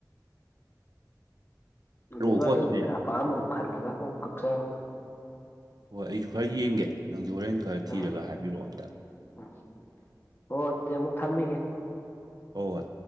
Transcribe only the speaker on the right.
ꯍꯥꯏꯔꯛꯑꯣꯀꯣ
ꯑꯗꯨꯗꯤ
ꯍꯣꯏ ꯑꯩꯁꯨ ꯈꯔ ꯌꯦꯡꯒꯦ ꯅꯪꯁꯨ ꯍꯣꯔꯦꯟ ꯈꯔ ꯊꯤꯔꯒ
ꯍꯥꯏꯕꯤꯔꯛꯑꯣ ꯑꯝꯇ
ꯍꯣ ꯍꯣꯢ